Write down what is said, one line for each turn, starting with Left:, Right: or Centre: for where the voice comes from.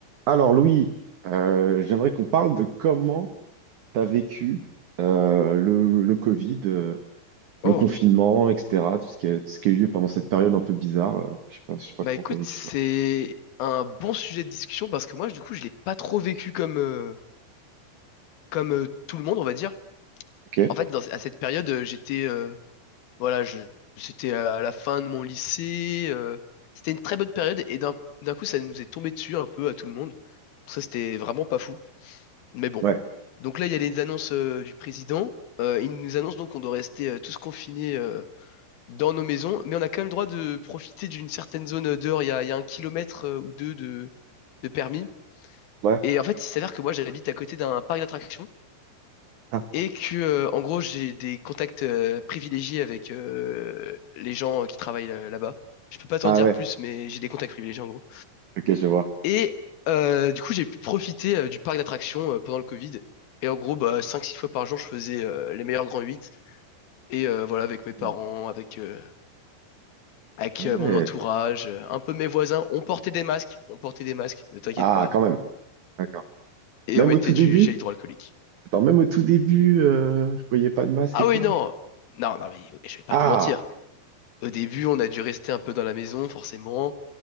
Right: Alors Louis, euh, j'aimerais qu'on parle de comment tu as vécu euh, le, le Covid, euh, le
Left: Oh,
Right: confinement, etc. Tout ce qui a, tout ce qui a eu lieu pendant cette période un peu bizarre. euh, je sais pas, je sais pas
Left: bah
Right: comment
Left: écoute,
Right: tu as vécu
Left: c'est
Right: ça.
Left: un bon sujet de discussion parce que moi, du coup, je l'ai pas trop vécu comme euh, comme euh, tout le monde, on va dire.
Right: Ok?
Left: En fait, dans, à cette période, euh, j'étais euh, voilà, je c'était à la fin de mon lycée. euh, c'était une très bonne période et d'un d'un coup, ça nous est tombé dessus un peu à tout le monde. Donc Ça, c'était vraiment pas fou. Mais bon.
Right: Ouais.
Left: Donc là, il y a les annonces euh, du président. Euh, il nous annonce donc qu'on doit rester euh, tous confinés euh, dans nos maisons, mais on a quand même le droit de profiter d'une certaine zone dehors. Il y a, il y a un kilomètre euh, ou deux de, de permis.
Right: Ouais.
Left: Et en fait, il s'avère que moi, j'habite à côté d'un parc d'attractions
Right: Ah,
Left: et que, euh, en gros, j'ai des contacts euh, privilégiés avec euh, les gens qui travaillent euh, là-bas. Je peux pas t'en
Right: ah
Left: dire
Right: ouais.
Left: plus, mais j'ai des contacts privilégiés en gros.
Right: Ok, je vois.
Left: Et euh, du coup, j'ai pu profiter euh, du parc d'attractions euh, pendant le Covid. Et en gros, bah, 5-6 fois par jour, je faisais euh, les meilleurs grands huit Et euh, voilà, avec mes parents,
Right: Ouais.
Left: avec euh, avec
Right: Ah ouais.
Left: euh, mon entourage, euh, un peu mes voisins. On portait des masques, on portait des masques, ne t'inquiète
Right: Ah,
Left: pas.
Right: quand même. D'accord.
Left: Et
Right: Même
Left: on mettait
Right: au tout début?
Left: du gel hydroalcoolique.
Right: Attends, même au tout début, euh, je voyais pas de masque
Left: Ah
Right: et
Left: oui,
Right: tout.
Left: non, non, non, mais ok, je vais pas
Right: Ah,
Left: te mentir. Au début, on a dû rester un peu dans la maison, forcément.